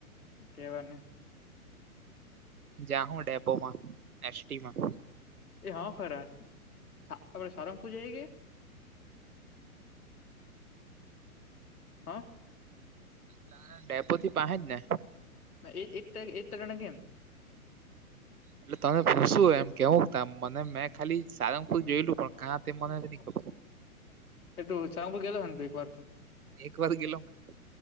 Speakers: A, on the left; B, on the right.
A: કેવા ને
B: જાહું ડેપોમાં એસટીમાં
A: એ હા ખરા આપડે સારંગપુર જયે કે હ
B: તા ડેપો થી પાહે જ ને?
A: હ એ જ ત એજ તને કેમ
B: એટલે તમે પૂછો એમ કેવું મને મેં ખાલી સારંગપુર
A: પેટમાં
B: જોયેલું
A: દુખે
B: પણ
A: <unintelligible>
B: કા તે મને નહી ખબર
A: એ તું ચાંગુ ગેલો ને તો એક વાર તો
B: એક વાર ગેલો મે